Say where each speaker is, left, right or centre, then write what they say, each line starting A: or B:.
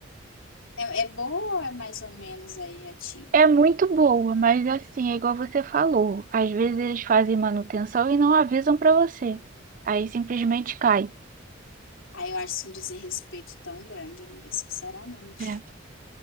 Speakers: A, on the left; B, on the right.
A: É, é é boa ou é mais ou menos aí a ti?
B: É muito boa, mas assim, é igual você falou. Às vezes eles fazem manutenção e não avisam pra você. Aí simplesmente cai.
A: Aí eu acho assim, um desrespeito tão grande, amiga, sinceramente.
B: É.